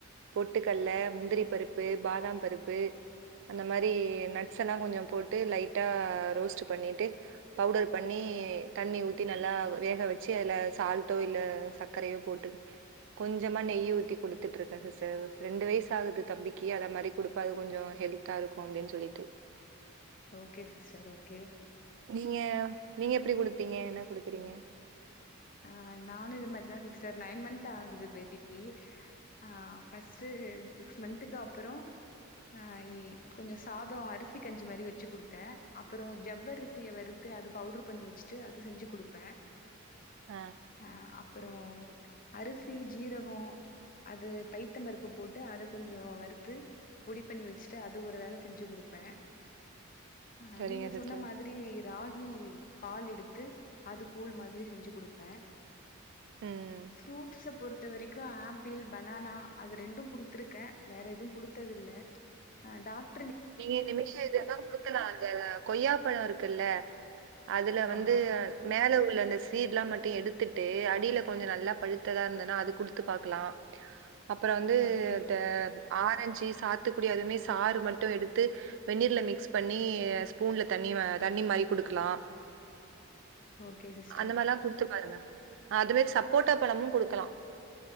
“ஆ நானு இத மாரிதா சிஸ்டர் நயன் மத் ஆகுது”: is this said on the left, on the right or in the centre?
Left